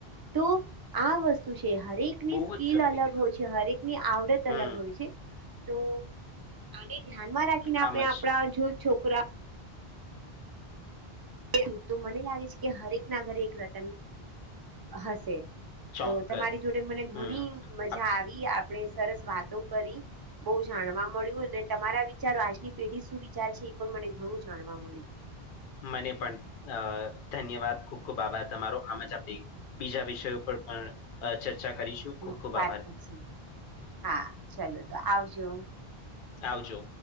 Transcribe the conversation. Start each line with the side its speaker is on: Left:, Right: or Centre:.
Right: તો આ વસ્તુ છે હરેક
Left: બહુ
Right: ની સ્કીલ
Left: જ સત્ય
Right: અલગ
Left: કીધું
Right: હોય છે હરેક ની આવડત
Left: હમ
Right: અલગ હોય છે. તો આને ધ્યાનમાં રાખીને આપણે
Left: આમ
Right: આપડા
Left: જ
Right: જો છોકરા કેમ તો મને લાગે છે કે હરેક ના ઘરે એક રતન હશે.
Left: ચોક્કસ.
Right: તો તમારી જોડે મને ઘણી
Left: હમ.
Right: મજા
Left: આપ
Right: આવી આપણેે સરસ વાતો કરી બહુ જાણવા મળ્યું અને તમારા વિચારો આજની પેઢી શું વિચાર છે એ પણ મને ઘણું જાણવા મળ્યું.
Left: મને પણ અ ધન્યવાદ ખુબ ખુબ આભાર તમારો આમ જ આપે બીજા વિષયો પર પણ ચર્ચા કરીશું ખૂબ
Right: હા
Left: ખૂબ
Right: વાત
Left: આભાર.
Right: કરશું હા ચાલો તો આવજો.
Left: આવજો